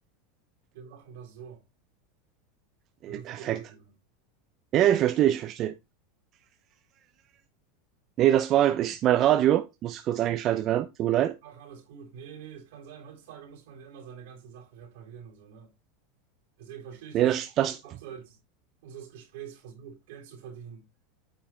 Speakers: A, on the right; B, on the right.
A: wir machen das so,
B: Nee,
A: wenn du verstehst,
B: perfekt.
A: was ich meine.
B: Ja, ich verstehe, ich verstehe. Nee, das war ich, mein Radio. Muss kurz eingeschaltet werden, tut mir leid.
A: Ach, alles gut. Nee, nee, es kann sein. Heutzutage muss man ja immer seine ganze Sache reparieren und so, ne? Deswegen verstehe ich,
B: Nee,
A: dass
B: das,
A: das
B: das,
A: so abseits unseres Gesprächs versucht, Geld zu verdienen.